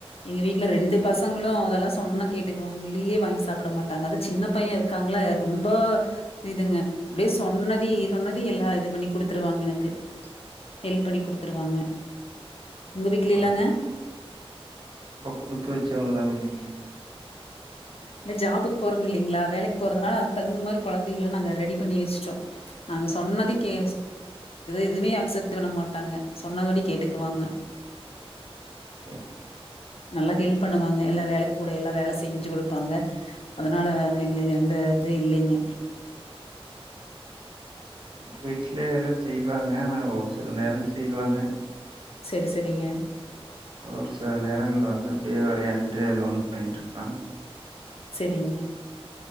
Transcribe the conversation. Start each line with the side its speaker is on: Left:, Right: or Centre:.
Left: எங்க வீட்டுல ரெண்டு பசங்களும் அதெல்லாம் சொன்ன கேட்டுக்குவாங்க வெளியயே வாங்கி சாப்பிட மாட்டாங்க அது சின்ன பையன் இருக்காங்கள ரொம்ப இதுங்க அப்படியே சொன்னத சொன்னத எல்லாம் இது பண்ணி குடுத்துருவாங்க எனக்கு ஹெல்ப் பண்ணி குடுத்துருவாங்க. உங்க வீட்டுல
Right: பரவால்லைங்க
Left: இல்லாங்க
Right: குடுத்து வெச்சவங்கதாங்க நீங்க.
Left: இல்ல ஜாபக்கு போறோம் இல்லைங்களா வேலைக்கு போறதுனால அது தகுந்த மாதிரி குழந்தைகள்ல்லாம் நாங்க ரெடி பண்ணி வெச்சட்டோம் நாங்க சொன்னதே கே எதுவுமே அக்சப்ட் பண்ண மாட்டாங்க சொன்னபடி கேட்டுக்குவாங்க.
Right: <unintelligible>
Left: நல்லா ஹெல்ப் பண்ணுவாங்க எல்ல வேலைக் கூட எல்லாம் வேல செஞ்சு குடுப்பாங்க அதனால எங்களுக்கு எந்த இது இல்லைங்க.
Right: வீட்லய எல்லாம் செய்வாங்க ஆன ஒரு சில நேரம் செய்வாங்க
Left: செரி செரிங்க.
Right: ஒரு சில நேர இடங்களல வந்து அப்படியே விளையாண்டுட்டு அது ஒன்னு பண்ணிட்டு இருப்பாங்
Left: செரிங்க.